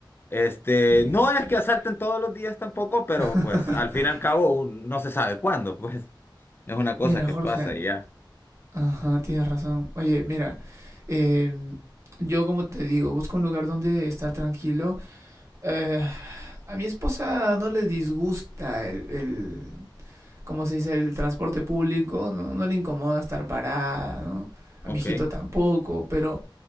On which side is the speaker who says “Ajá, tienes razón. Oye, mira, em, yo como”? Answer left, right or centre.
Right